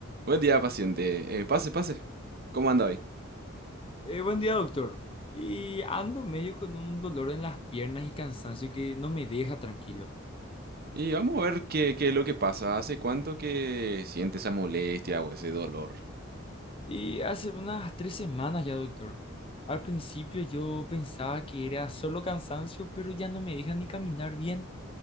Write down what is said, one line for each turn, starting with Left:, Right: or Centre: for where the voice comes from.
Right: Buen día, paciente. Eh, pase, pase. ¿Cómo anda hoy?
Left: Eh, buen día, doctor. Y ando medio con un dolor en las piernas y cansancio que no me deja tranquilo.
Right: Y vamos a ver qué, qué es lo que pasa. ¿Hace cuánto que siente esa molestia o ese dolor?
Left: Y hace unas tres semanas ya, doctor. Al principio yo pensaba que era solo cansancio, pero ya no me deja ni caminar bien.